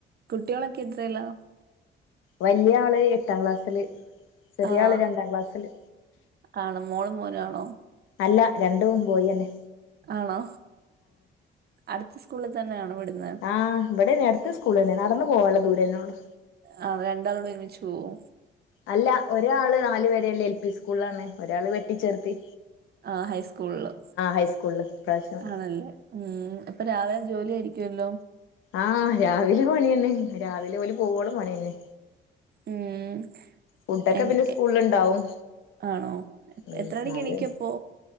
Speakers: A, on the right (about 50°); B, on the left (about 85°).
A: കുട്ടിയോളക്കെ എത്രയിലാ
B: വലിയ ആള് എട്ടാം ക്ലാസ്സിില് ചെറിയ
A: ആഹ്
B: ആള് രണ്ടാം ക്ലാസ്സിില്
A: ആണോ മോളും മോനും ആണോ
B: അല്ല രണ്ടും പോയിന്നെ
A: ആണോ അടുത്ത സ്കൂളിൽ തന്നെയാണോ വിടുന്നത്
B: ആഹ് ഇവിടെ നേ അടുത്ത് സ്കൂൾ തന്നെ നടന്ന പോകാവുള്ള ദൂരേന്നേ ഉള്ളൂ
A: ആ രണ്ടാളോട് ഒരുമിച്ച് പോവു
B: അല്ല ഒരാള് നാലു വരല്ലേ എൽ പി സ്കൂളാണ് ഒരാള് വെട്ടിിച്ചേർത്തി
A: ആ ഹൈസ്കൂളില്
B: ഹൈസ്കൂളില് ഇപ്രാവശ്യം
A: ആണല്ലേ ഉം ഇപ്പൊ രാവിലെ ജോലി ആയിരിക്കുമല്ല
B: ആഹ രാവിലെ പണി തന്നെ രാവിലെ പോലെ പോവോള പണി തന്നെ
A: ഉം
B: ഫുഡൊക്കെ പിന്നെ സ്കൂളില്ണ്ടാവും
A: എ ആണോ
B: ഉം
A: എത്ര മണിക്ക്
B: ന്നാല്
A: എണക്ക്പ്പോ